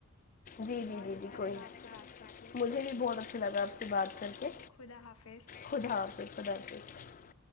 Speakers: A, on the left (about 40°); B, on the left (about 80°).
A: جی جی
B: بہت
A: جی
B: اچھا
A: جی کوئی
B: لگا
A: نہیں
B: آپ سے بات کر کے
A: مجھے بھی بہت اچھا لگا آپ سے بات کر کے
B: خدا حافظ
A: خدا کو پر ڈاکٹ